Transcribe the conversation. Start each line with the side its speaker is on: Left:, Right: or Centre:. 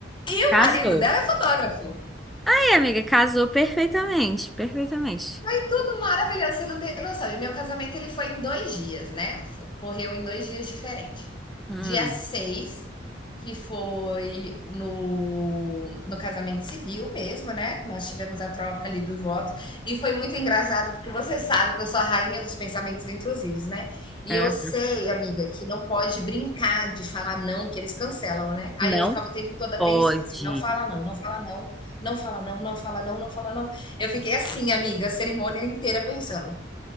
Left: o
Centre: Casou.
Left: marido dela é fotógrafo.
Centre: aí, amiga, casou perfeitamente, perfeitamente.
Left: Foi tudo maravilhoso, você não tem noção. E o meu casamento ele foi em dois dias, né? Correu em dois dias diferentes.
Centre: Hum,
Left: Dia 6 que foi no, no casamento civil mesmo, né? Nós tivemos a troca ali do voto. E foi muito engraçado, porque você sabe que eu sou a rainha dos pensamentos intrusivos, né? E
Centre: é.
Left: eu sei, amiga, que não pode brincar de falar não, que eles cancelam, né? Aí
Centre: Não
Left: eu ficava o tempo todo apreensiva
Centre: pode.
Left: assim: não fala não, não fala não, não fala não, não fala não, não fala não. Eu fiquei assim, amiga, a cerimônia inteira pensando.